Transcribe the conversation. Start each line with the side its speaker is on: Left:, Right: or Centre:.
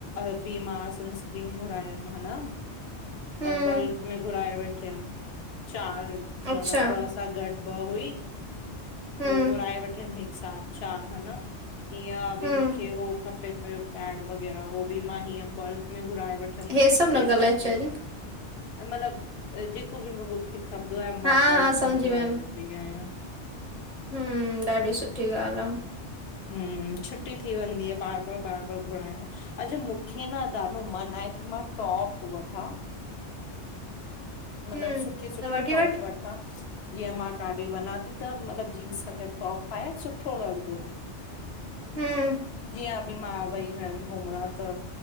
Left: अ बीमा सनस्क्रीन घुरायमि हा ना
Right: हम्म
Left: त बल्क में घुराए वेठी हुयमि, चार
Right: अच्छा
Left: मतिलब बस घट ब हुई,
Right: हम्म
Left: पोइ घुराए वठंदींअ हिक साथ चार ह न हीअं बि
Right: हम्म
Left: मूंखे हो खपे पयो पेड वग़ैरह हो बि मां हीअं बल्क में घुराए वठी
Right: हे सभु
Left: टे
Right: न ॻाल्हाए
Left: पैकेट
Right: चरी
Left: मतिलब जेको बि खपंदो आ,
Right: हा
Left: मां बल्क
Right: हा समझी
Left: में घुराए
Right: वियमि
Left: वठंदी आहियां।
Right: हम्म, ॾाढी सुठी ॻाल्हि आ
Left: हम्म, छुटी थी वेंदी आ बार बार, बार बार घुराइण खां अच्छा, मूंखे न ॾाढो मन आहे की मां टॉप वठां
Right: हम्म
Left: मतलब सुठी सुठी
Right: त वठी
Left: टॉप
Right: वठ
Left: वठां जीअं मां काॾे वञा थी त, मतलबु जींस सां गॾु टॉप पायां सुठो लॻदो।
Right: हम्म
Left: जीअं अभी मां वई हुयम घुमण त